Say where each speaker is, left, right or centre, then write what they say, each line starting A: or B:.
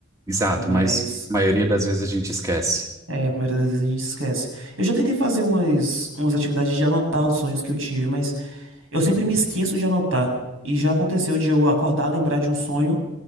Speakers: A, on the right; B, on the right.
A: Exato,
B: Mas
A: mas a maioria das vezes a gente esquece.
B: é, a maioria das vezes a gente esquece. Eu já tentei fazer umas, umas atividades de anotar os sonhos que eu tive, mas eu sempre me esqueço de anotar. E já aconteceu de eu acordar, lembrar de um sonho